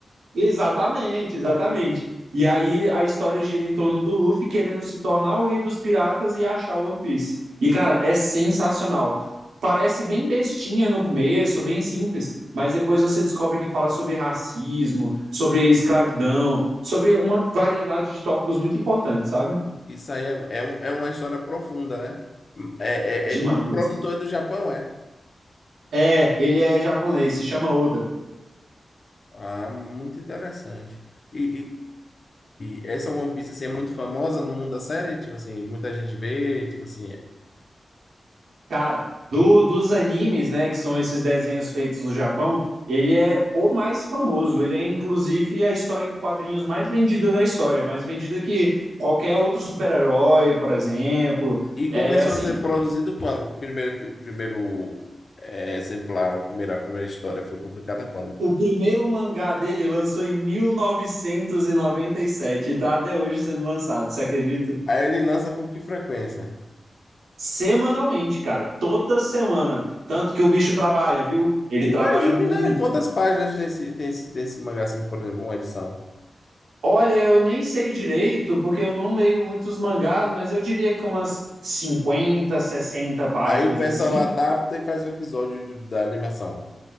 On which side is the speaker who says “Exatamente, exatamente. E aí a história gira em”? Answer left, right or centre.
Right